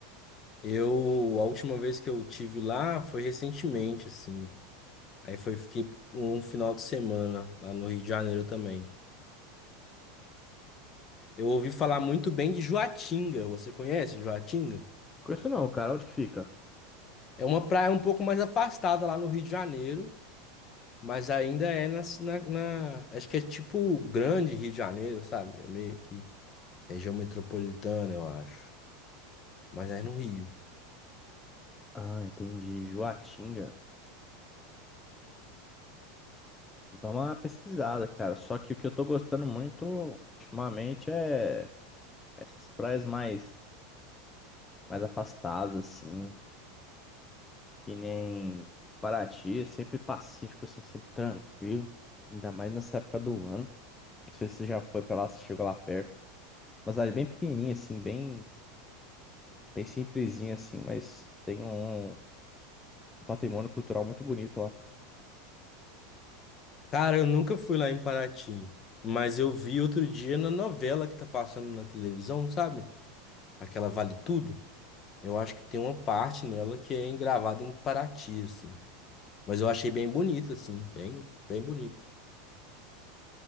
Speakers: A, on the left (about 30°); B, on the left (about 15°).
A: eu, a última vez que eu tive lá foi recentemente, assim. Aí foi, fiquei um final de semana lá no Rio de Janeiro também. Eu ouvi falar muito bem de Joatinga. Você conhece Joatinga?
B: Conheço não, cara. Onde que fica?
A: É uma praia um pouco mais afastada lá no Rio de Janeiro. Mas ainda é na, na, na- Acho que é tipo o grande Rio de Janeiro, sabe? É meio que região metropolitana, eu acho. Mas é no Rio.
B: Ah, entendi. Joatinga. Vou dar uma pesquisada, cara. Só que o que eu tô gostando muito ultimamente é essas praias mais, mais afastadas, assim. que nem Paraty, é sempre pacífico, assim, sempre tranquilo. Ainda mais nessa época do ano. Não sei se você já foi pra lá, se chegou lá perto. mas cidade bem pequenininha, assim, bem, bem simplesinha, assim, mas tem um um patrimônio cultural muito bonito lá.
A: Cara, eu nunca fui lá em Paraty. Mas eu vi outro dia na novela que tá passando na televisão, sabe? Aquela Vale Tudo. Eu acho que tem uma parte nela que é gravada em Paraty, assim. Mas eu achei bem bonito, assim. Bem, bem bonito.